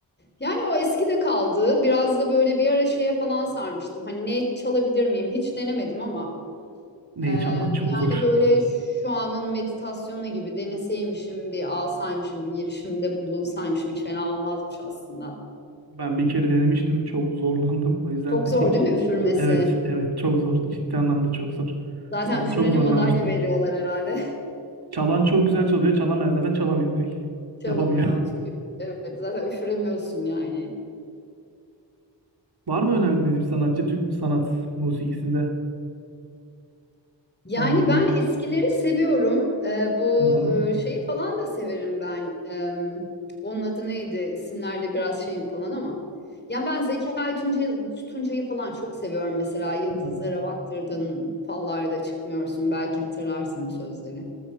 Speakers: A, on the left; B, on the right.
A: Yani o eski de kaldı. Biraz da böyle bir ara şeye falan sarmıştım. Hani ne çalabilir miyim? Hiç denemedim ama.
B: Neyi
A: e, yani
B: çalmak çok zor.
A: böyle şu anın meditasyonu gibi deneseymişim, bir alsaymışım, bir girişimde bulunsaymışım hiç fena olmazmış aslında.
B: Ben bir kere denemiştim. Çok zorlandım. O yüzden
A: Çok
B: <laughs> de
A: zor
B: hiç.
A: değil mi üfürmesi?
B: Evet, evet çok zor. Ciddi anlamda çok zor.
A: Zaten
B: Ben
A: üfürene
B: çok zorlanmıştım.
A: madalya veriyorlar herhalde.
B: Çalan çok güzel çalıyor. Çalamayan zaten çalamıyor direkt.
A: <laughs> Çalamıyor.
B: Yapamıyor.
A: Çünkü evet zaten üfüremiyorsun yani.
B: <laughs> Var mı önerdiğiniz bir sanatçı Türk mü sanat musikisinde?
A: Yani
B: Hemen dinleyeyim.
A: ben eskileri seviyorum. Ee, bu
B: Hı hı.
A: e, şeyi falan da severim ben. Ee, onun adı neydi? İsimlerde biraz şeyim falan ama. Yani ben Zekai Tunca- Tuncay'ı falan çok seviyorum mesela. Yıldızlara
B: Hı.
A: baktırdın, fallarda çıkmıyorsun. Belki hatırlarsın bu sözleri.